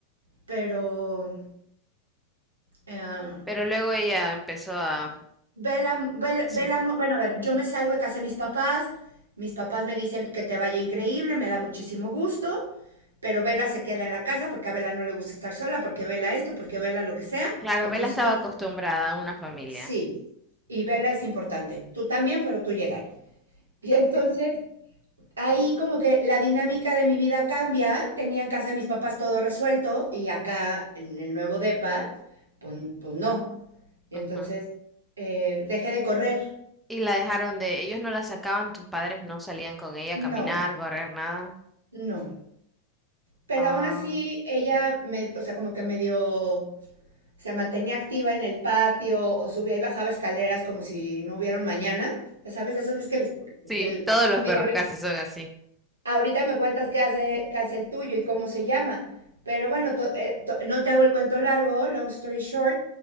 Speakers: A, on the right; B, in the centre.
A: pero... eh,
B: Pero luego ella empezó a...
A: ve la- ve la-
B: Sí.
A: ve la mo- bueno, a ver, yo me salgo de casa de mis papás, mis papás me dicen que te vaya increíble, me da muchísimo gusto, pero Vela se queda en la casa porque a Vela no le gusta estar sola, porque Vela esto, porque Vela lo que sea,
B: Claro,
A: y entonces
B: Bella estaba
A: tú,
B: acostumbrada a una familia.
A: Sí, y verla es importante. Tú también, pero tú llégale. Y entonces ahí como que la dinámica de mi vida cambia. Tenía en casa de mis papás todo resuelto y acá en el nuevo depa, pues, pues no. Y
B: Ujú.
A: entonces eh, dejé de correr.
B: Y la dejaron de... Ellos no la sacaban, tus padres no salían con ella
A: No,
B: a caminar, correr, nada.
A: no. Pero
B: Ah,
A: aún así ella, me, o sea, como que medio se mantenía activa en el patio o subía y bajaba escaleras como si no hubiera un mañana. Ya sabes, esas veces que les...
B: sí,
A: Que el-
B: todos los
A: digo,
B: perros casi son así.
A: Ahorita me cuentas qué hace, qué hace el tuyo y cómo se llama. Pero bueno, to- eh, to- no te hago el cuento largo, long story short.